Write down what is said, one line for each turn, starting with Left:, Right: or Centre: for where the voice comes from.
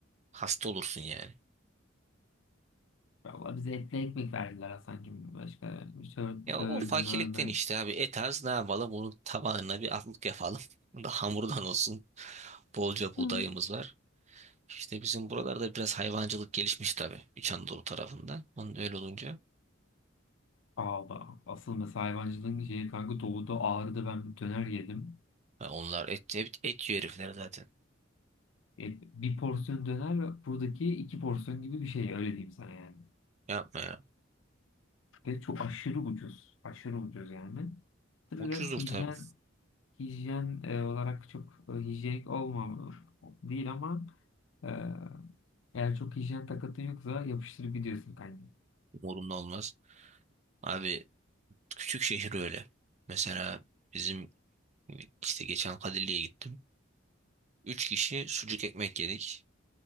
Right: hasta olursun yani.
Left: Vallahi bize etli ekmek verdiler Hasan'cığım. Başka sör,
Right: Ya
Left: sörme,
Right: o fakirlikten
Left: mörme.
Right: işte abi et az ne yapalım bunun tabağına bir atlık yapalım. <laughs> Bu Da hamurdan olsun. Bolca buğdayımız
Left: Hı.
Right: var. İşte bizim buralarda biraz hayvancılık gelişmiş tabii. İç Anadolu tarafında. Onun öyle olunca.
Left: Aa, bak, asıl mesela hayvancılığın şeyi kanka doğuda Ağrı'da ben bir döner yedim.
Right: Ya onlar et, et, et yiyor herifler zaten.
Left: Yani bir porsiyon döner ve buradaki iki porsiyon gibi bir şey öyle diyeyim sana yani.
Right: Yapma ya.
Left: Ve çok aşırı ucuz. Aşırı ucuz yani. Tabii
Right: Ucuzdur
Left: biraz hijyen
Right: tabii.
Left: hijyen e, olarak çok e, hijyenik olmam değil ama e, eğer çok hijyen takıntın yoksa yapıştırıp gidiyorsun kanka.
Right: Umurumda olmaz. Abi küçük şehir öyle. Mesela bizim işte geçen Kadirli'ye gittim. Üç kişi sucuk ekmek yedik.